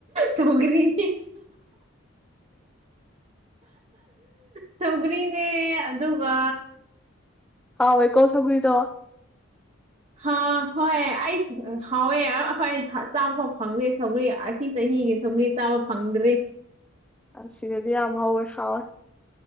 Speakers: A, on the right; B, in the centre.
A: ꯁꯣꯒꯔꯤ ꯁꯧꯒ꯭ꯔꯤꯅꯦ ꯑꯗꯨꯒ
B: ꯍꯥꯎ ꯑꯩꯀꯣ ꯁꯒꯣꯏꯗ
A: ꯍ ꯍꯣꯏ ꯑꯩꯁꯨ ꯍꯥꯎꯋꯦ ꯑꯩꯈꯣꯏ ꯆꯥꯕꯐꯥꯎ ꯐꯪꯗꯦ ꯁꯧꯒ꯭ꯔꯤ ꯑꯁ ꯁꯤ ꯆꯍꯤꯒꯤ ꯁꯧꯒꯔꯤ ꯆꯥꯕ ꯐꯪꯗ꯭ꯔꯦ
B: ꯁꯤꯗꯗꯤ ꯌꯥꯝ ꯍꯧꯌꯦ ꯍꯥꯎꯌꯦ